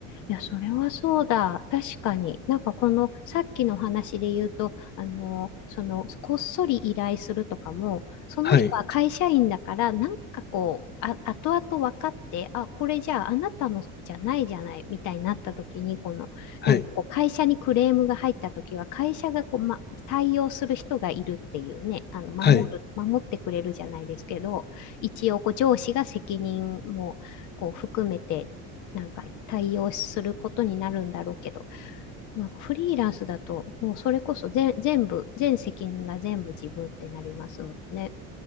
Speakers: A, on the left; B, on the left.
A: いや、それはそうだ。確かに。なんかこの、さっきの話で言うと、あの、その、こっそり依頼するとかも、その人は会社員だから、
B: <laughs> はい。
A: なんかこう、あ、後々分かって、あ、これじゃああなたのじゃないじゃない、みたいになった時に、この、
B: はい。
A: なんかこう、会社にクレームが入った時は、会社がこう、ま、対応する人がいるっていうね、あの、守る、
B: はい。
A: 守ってくれるじゃないですけど、一応、こう、上司が責任も、こう含めてなんか対応することになるんだろうけど、まあ、フリーランスだともうそれこそ全全部全責任が全部自分ってなりますもんね。